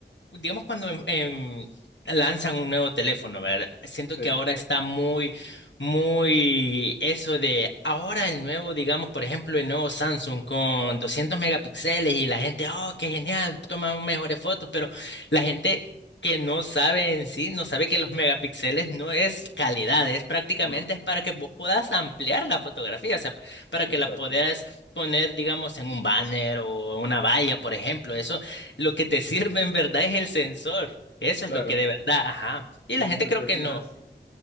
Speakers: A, on the left; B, on the left.
A: digamos cuando em- em, lanzan un nuevo teléfono, ¿verdad? Siento
B: Sí,
A: que ahora está muy, muy eso de ahora el nuevo, digamos, por ejemplo, el nuevo Samsung con 200 megapíxeles y la gente, oh, qué genial, toma mejores fotos, pero la gente que no sabe en sí, no sabe que los megapíxeles no es calidad, es prácticamente
B: no,
A: es para que vos puedas ampliar la fotografía, o sea, para
B: exacto,
A: que la puedas poner, digamos, en un banner o una valla, por ejemplo, eso. Lo que te sirve en verdad es el sensor. Eso
B: claro.
A: es lo que de verdad, ajá. Y
B: Y
A: la
B: si
A: gente
B: tú
A: creo
B: te
A: que
B: fijas,
A: no.